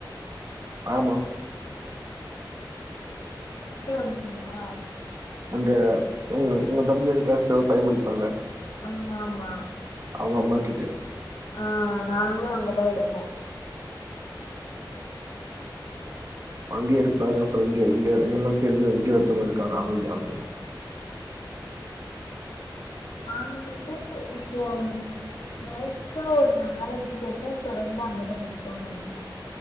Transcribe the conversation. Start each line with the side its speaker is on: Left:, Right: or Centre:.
Right: ஆமா
Left: எட்த்துனு வந்துகிங்ளா
Right: அங்க உங்க உங்க தம்பியோட க்ளாஸ்ல ஒரு பைய படிப்பால்ல
Left: ஆமாம்மா
Right: அவ்ங்க அம்மாக்கிட்ட
Left: ஆ நாங்களு அங்கதா எடுப்போ
Right: அங்கயு எடுப்பாங்க அப்ற இங்க இங்க எங்க அம்மாக்கு தெரிஞ்சவ்ங்க இங்க ஒருத்தவ்ங்க இருக்காங்க அவங்கிட்டயு வாங்குவோ
Left: நாங்க வந்து இப்போ ஒரு மோஸ்டா ஒரு நாலஞ்சு பெருநாள் தொடர்ந்து அங்கதா எடுத்தோன் நெனைக்கிறே